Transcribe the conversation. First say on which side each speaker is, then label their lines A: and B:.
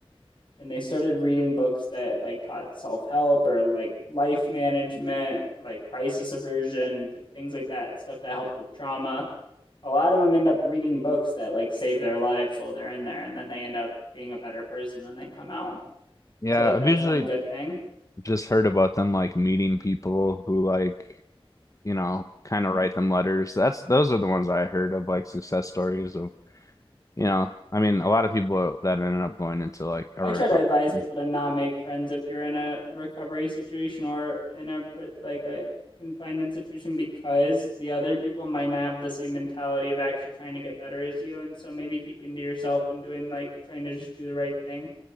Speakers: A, on the left; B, on the left.
A: and they started reading books that like taught self-help or like life management, like crisis aversion, like things like that, stuff that helped with trauma A lot of them end up reading books that like save their lives while they're in there, and then they end up being a better person when they come out.
B: yeah,
A: So like
B: I've
A: that's
B: usually
A: one good thing.
B: just heard about them like meeting people who like, you know, kind of write them letters. That's those are the ones I heard of like success stories of You know, I mean, a lot of people that ended up going into like a
A: I
B: recovery.
A: try to advise people to not make friends if you're in a recovery situation or in a like a confinement situation because the other people might not have the same mentality of actually trying to get better as you, and so maybe keeping to yourself and doing like trying to just do the right thing